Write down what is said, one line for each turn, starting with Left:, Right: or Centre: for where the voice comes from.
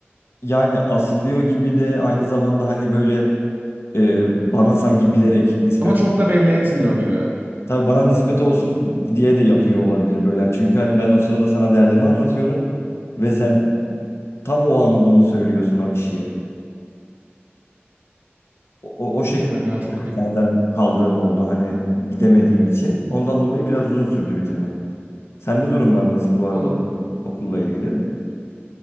Left: yani asılıyor gibi de aynı zamanda hani böyle e, bana sanki bilerek nispet
Right: Ama çok da belli etmiyor gibi.
Left: tabii bana nispet olsun diye de yapıyor olabilir böyle. Hani Çünkü hani ben o sırada sana derdimi anlatıyorum ve sen tam o an bunu söylüyorsun o kişiye. O, o,
Right: Bilmiyorum
Left: o şekilde
Right: ya
Left: derslerden
Right: çok ayıp.
Left: kaldığım oldu hani gidemediğim için. Ondan dolayı biraz uzun sürdü bitirmem. Sende durumlar nasıl bu arada
Right: Valla
Left: okul- okulla ilgili?